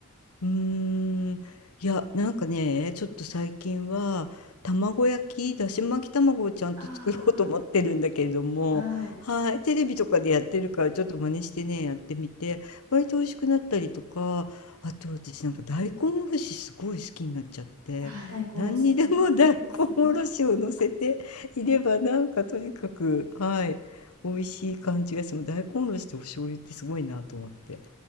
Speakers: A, on the left; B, on the right.
A: うーん、いや、なんかね、ちょっと最近は卵焼き、だし巻き卵をちゃんと作ろうと思ってるんだけれども、
B: あはい。
A: はい、テレビとかでやってるからちょっと真似してね、やってみて、割と美味しくなったりとか、あと私なんか大根おろしすごい好きになっちゃって、
B: ああ、大根おろしね。
A: 何にでも大根おろしを乗せていればなんかとにかく、
B: ですね。
A: はい、美味しい感じがしてもう大根おろしとお醤油ってすごいなと思って。